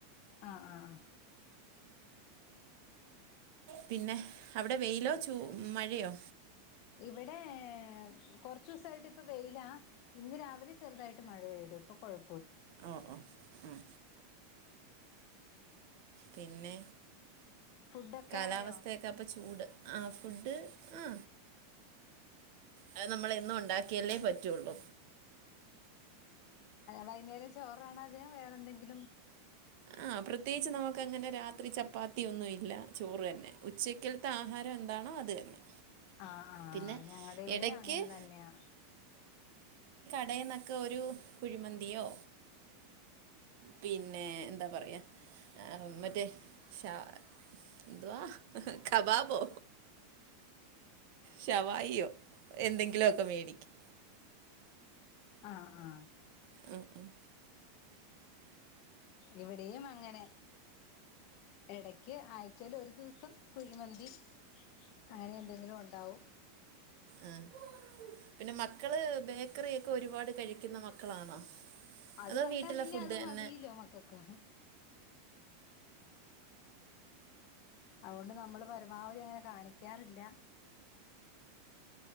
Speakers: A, on the left; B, on the right.
A: ആ ആ ആ
B: പിന്നെ അവിടെ വെയിലോ ചൂ മഴയോ?
A: ഇവിടെ കൊറച്ചു ദിവസമായിട്ട് ഇപ്പ വെയിലാ ഇന്ന് രാവിലെ ചെറുതായിട്ട് മഴ പെയ്തു ഇപ്പൊ കുഴ്
B: ഓ ഓ ഉം പിന്നെ
A: ഫുഡൊക്കെ
B: കാലാവസ്ഥയൊക്കെ
A: ആയോ
B: അപ്പൊ ചൂട് ആ ഫുഡ് ആ അത് നമ്മള എന്നും ഉണ്ടാക്കിയല്ലേ പറ്റുള്ളൂ
A: വൈകുന്നേരം ചോറണോ അദേം വേറെ എന്തെങ്കിലും
B: ആ പ്രത്യേകിച്ച് നമുക്ക്ങ്ങനെ രാത്രി ചപ്പാത്തിയ ഒന്നുഇല്ല ചോറ് തന്നെ ഉച്ചക്കിലത്തെ ആഹാരം എന്താണോ അത് തന്നെ
A: ആ ആഹ്
B: പിന്നെ
A: ഞങ്ങളടെ എവിടെ
B: ഇടയ്ക്ക്
A: അങ്ങനെ തന്നെയാ
B: ടയിന്നൊക്കെ കുഴിമന്തിയോ പിന്നെ എന്താ പറയാ മറ്റേ ഷാ എന്തുവാ കബാബോ ശവായിയോ എന്തെങ്കിലുഒക്കെ മേടിക്കും
A: ആഹ് ആ
B: ഉം ഉം
A: ഇവിടെയും അങ്ങനെ ഇടയ്ക്ക് ആഴ്‌ ച്ചല ഒരു ദിവസം കുഴിമന്തി അങ്ങനെ എന്തെങ്കിലും ഉണ്ടാവും
B: ആ പിന്നെ മക്കള് ബേ ക്കറിയൊക്കെ ഒരുപാട് കഴിക്കുന്ന മക്കളാണോ
A: അത്
B: അതോ
A: കണ്ടാ
B: വീട്ടിലെ
A: പിന്നെ
B: ഫുഡ്
A: അത്
B: തന്നെ
A: മതിലോ മക്കക്ക് അതുകൊണ്ട് നമ്മള് പരമാവധി അങ്ങെ കാണിക്കും ക്കാറില്ല